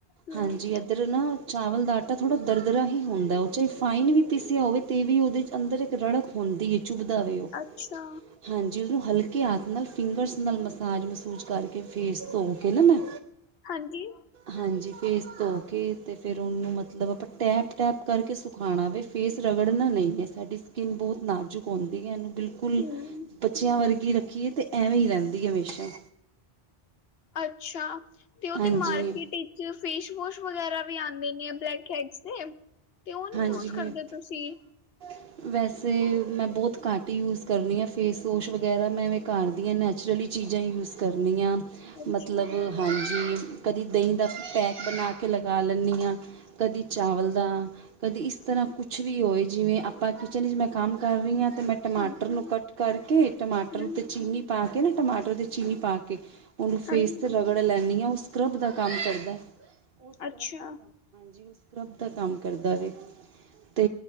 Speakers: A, on the left; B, on the right.
A: ਹਮ
B: ਹਾਂਜੀ ਇੱਧਰ ਨਾ ਚਾਵਲ ਦਾ ਆਟਾ ਥੋੜ੍ਹਾ ਦਰਦਰਾ ਹੀ ਹੁੰਦਾ ਉਹ ਚਾਹੇ ਫਾਈਨ ਵੀ ਪੀਸਿਆ ਹੋਵੇ, ਤੇ ਵੀ ਉਹਦੇ ਅੰਦਰ ਇੱਕ ਰੜਕ ਹੁੰਦੀ ਹੈ ਚੁਭਦਾਵੇ ਉਹ
A: ਅੱਛਾ
B: ਹਾਂਜੀ ਉਹਨੂੰ ਹਲਕੇ ਆ ਨਾਲ ਫਿੰਗਰਸ ਨਾਲ ਮਸਾਜ ਮਸੂਜ ਕਰਕੇ ਫੇਸ ਧੋ ਕੇ ਨਾ ਮੈਂ
A: ਹਾਂਜੀ।
B: ਹਾਂਜੀ ਫੇਸ ਧੋ ਕੇ ਤੇ ਫਿਰ ਉਹਨੂੰ ਮਤਲਬ ਆਪਾਂ ਟੈਪ, ਟੈਪ ਕਰਕੇ ਖਾਣਾ ਵੇ ਫੇਸ ਰਗੜਨਾ ਨਹੀਂ ਸਾਡੀ ਸਕਿੰਨ ਬਹੁਤ ਨਾਜ਼ੁਕ ਹੁੰਦੀ ਹੈ ਇਹਨੂੰ ਬਿਲਕੁਲ
A: ਹਮ
B: ਬੱਚਿਆਂ ਵਰਗੀ ਰੱਖੀਏ ਤੇ ਐਵੇਂ ਹੀ ਰਹਿੰਦੀ ਹੈ ਹਮੇਸ਼ਾ।
A: ਅੱਛਾ ਤੇ ਉਹ ਤੇ
B: ਹਾਂਜੀ
A: ਮਾਰਕੀਟ ਹੀ ਫੇਸ਼ ਵੋਸ਼ ਵਗੈਰਾ ਵੀ ਆਉਂਦੇ ਨੇ ਬਲੈਕ ਹੈਡਸ ਤੇ ਤੇ ਉਹ ਨੀ
B: ਹਾਂਜੀ
A: ਯੂਜ ਕਰਦੇ ਤੁਸੀਂ।
B: <inaudible> ਵੈਸੇ ਮੈਂ ਬਹੁਤ ਘੱਟ ਹੀ ਯੂਜ ਕਰਨੀ ਹਾਂ ਫੇਸਵੋਸ਼ ਵਗੈਰਾ ਮੈਂ ਘਰ ਦੀ ਹਾਂ ਨੈਚੁਰਲੀ ਚੀਜ਼ਾਂ ਯੂਜ ਕਰਨੀਆਂ
A: ਅੱਛਾ
B: ਮਤਲਬ ਹਾਂਜੀ ਕਦੀ ਦਹੀਂ ਦਾ ਪੈਕ ਬਣਾ ਕੇ ਲਗਾ ਲੈਂਦੀ ਹਾਂ। ਕਦੀ ਚਾਵਲ ਦਾ ਕਦੀ ਇਸ ਤਰ੍ਹਾਂ ਕੁਛ ਵੀ ਹੋਏ ਜਿਵੇਂ ਆਪਾਂ ਕਿਚਨ ਚ ਮੈਂ ਕੰਮ ਕਰ ਰਹੀ ਹਾਂ ਤੇ ਮੈਂ ਟਮਾਟਰ
A: ਹਾਂਜੀ
B: ਨੂੰ ਕੱਟ ਕਰਕੇ ਟਮਾਟਰ
A: ਹਮ
B: ਉੱਤੇ ਚੀਨੀ ਪਾ ਕੇ ਤੇ ਟਮਾਟਰ ਤੇ ਚੀਨੀ ਪਾ ਕੇ ਉਨੂੰ ਫੇਸ
A: ਹਾਂਜੀ
B: 'ਤੇ ਰਗੜ ਲੈਂਦੀ ਹਾਂ ਉਹ ਸਕਰਬ ਦਾ ਕੰਮ ਕਰਦਾ। ਉਹ ਸਕਰਬ
A: ਅੱਛਾ
B: ਦਾ ਕੰਮ ਹਾਂਜੀ ਉਹ ਸਕਰਬ ਦਾ ਕੰਮ ਕਰਦਾ ਵੇ। ਤੇ